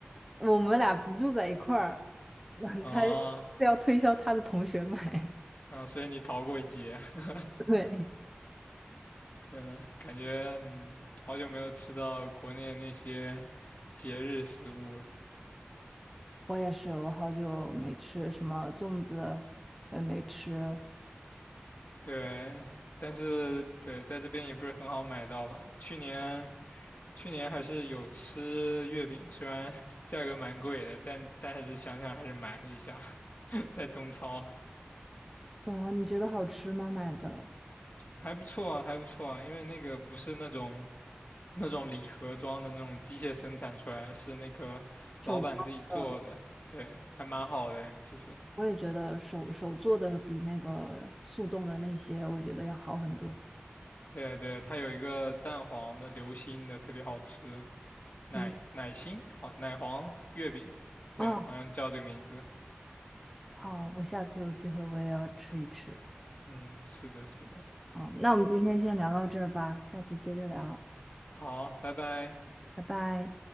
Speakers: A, in the centre; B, on the left.
A: 我们俩不住在一块儿，<laughs>
B: 啊，
A: 他是要推销他的同学买。
B: 那所以你逃过一劫。<laughs>
A: <laughs> 对，
B: 对，感觉嗯，好久没有吃到国内那些节日食物了。
A: 我也是，我好久没吃什么粽子，我也没吃。
B: 对，但是对，在这边也不是很好买到吧。去年，去年还是有吃月饼，虽然 <laughs> 价格蛮贵的，但但还是想想还是买了一下，<laughs> 在中超
A: 哦，你觉得好吃吗？买的
B: 还不错啊，还不错啊，因为那个不是那种那种礼盒装的那种机械生产出来的是那个老板自己做的，
A: 手包的，
B: 对，还蛮好的，其实。
A: 我也觉得手手做的比那个速冻的那些，我觉得要好很多。
B: 对对，它有一个蛋黄的流心的，特别好吃，奶奶心，
A: 嗯，
B: 好，奶黄月饼，对，
A: 哦，
B: 好像叫这个名字。
A: 好，我下次有机会我也要吃一吃。
B: 嗯，是的，是的。
A: 嗯，那我们今天先聊到这儿吧，下次接着聊，
B: 好，拜拜。
A: 拜拜。